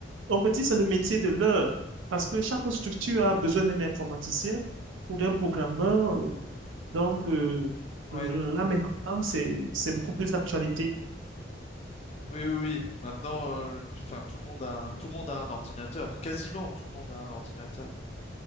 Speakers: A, on the right; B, on the left.
A: on peut dire que c'est le métier de l'heure. Parce que chaque structure a besoin d'un informaticien ou d'un programmeur. Donc, euh,
B: ouais,
A: là maintenant, c'est, c'est beaucoup plus d'actualité.
B: oui, oui, oui. Maintenant, euh, tu- enfin, tout le monde a, tout le monde a un ordinateur. Quasiment tout le monde a un ordinateur.